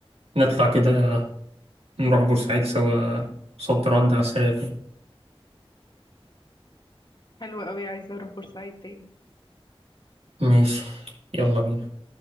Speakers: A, on the right; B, on the left.
A: نطلع كده نروح بورسعيد سوا صد رد على السريع كده
B: حلوه قوي عايزه اروح بورسعيد تاني
A: ماشي يلا بينا